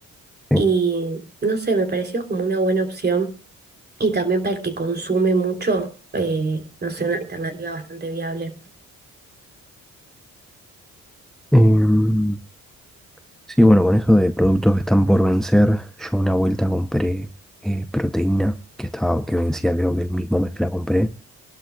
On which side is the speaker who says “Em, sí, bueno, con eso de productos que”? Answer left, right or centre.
Centre